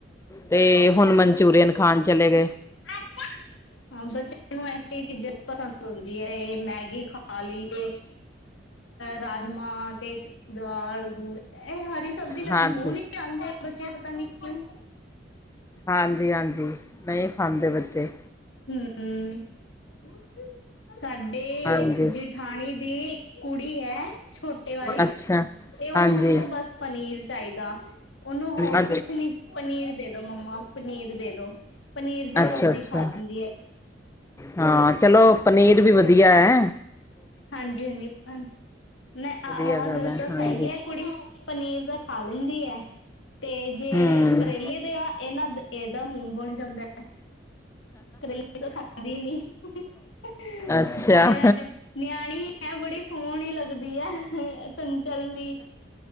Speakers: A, on the left (about 15°); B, on the left (about 85°).
A: ਤੇ ਹੁਣ ਮਨਚੂਰੀਅਨ ਖਾਣ ਚਲੇ ਗਏ।
B: ਅੱਛਾ ਹਾਂ, ਬੱਚਿਆਂ ਨੂੰ ਇਹੀ ਚੀਜ਼ਾਂ ਪਸੰਦ ਹੁੰਦੀਆ ਇਹ ਮੈਗੀ ਖਾ ਲਈ ਤੇ ਰਾਜਮਾਹ ਤੇ ਦਾਲ ਇਹ ਹਰੀ ਸਬਜ਼ੀ
A: ਹਾਂਜੀ
B: ਮੂੰਹ ਨਹੀਂ ਲਾਦੇ ਬੱਚੇ ਪਤਾ ਨਈ ਕਿਉਂ
A: ਹਾਂਜੀ, ਹਾਂਜੀ ਨਹੀਂ ਖਾਂਦੇ ਬੱਚੇ
B: ਹੂੰ ਸਾਡੇ
A: ਹਾਂਜੀ
B: ਜ ਜੇਠਾਣੀ ਦੀ ਇੱਕ ਕੁੜੀ ਐ ਛੋਟੇ ਵਾਲੀ
A: ਅੱਛਾ
B: ਤੇ ਉਹਨੂੰ
A: ਹਾਂਜੀ
B: ਤੋਂ ਬਸ ਪਨੀਰ ਚਾਹੀਦਾ ਉਹਨੂੰ ਹੋਰ
A: ਅੱਛਾ
B: ਕੁਛ ਨੀ ਪਨੀਰ ਦੇ ਦੋ ਮੰਮਾ ਪਨੀਰ ਦੇ ਦੋ। ਪਨੀਰ ਦੀ
A: ਅੱਛਾ
B: ਸਬਜ਼ੀ
A: ਅੱਛਾ
B: ਖਾਂਦੀ ਐ
A: ਹਾਂ, ਚਲੋ ਪਨੀਰ ਵੀ ਵਧੀਆ ਐ
B: ਹਾਂਜੀ ਹਾਂਜੀ ਭੈਣ ਨ
A: ਵਧੀਆ
B: ਆਹ ਗੱਲ
A: ਹੈ
B: ਤਾਂ
A: ਹਾਂਜੀ
B: ਸਹੀ ਐ ਕੁੜੀ ਪਨੀਰ ਤਾਂ ਖਾ ਲੈਂਦੀ ਐ ਤੇ ਜੇ
A: ਹਮ
B: ਕਰੇਲੇ ਦੇਵਾ ਇਹਨਾ ਇਹਦਾ ਮੂੰਹ ਬਣ ਜਾਂਦਾ ਐ ਕਰੇਲੇ ਤਾਂ ਖਾਂਦੀ ਨੀ ਹਜੇ
A: ਅੱਛਾ
B: ਨਿਆਣੀ ਐ ਬੜੀ ਸੋਹਣੀ ਲੱਗਦੀ ਐ ਚੰਚਲ ਜੀ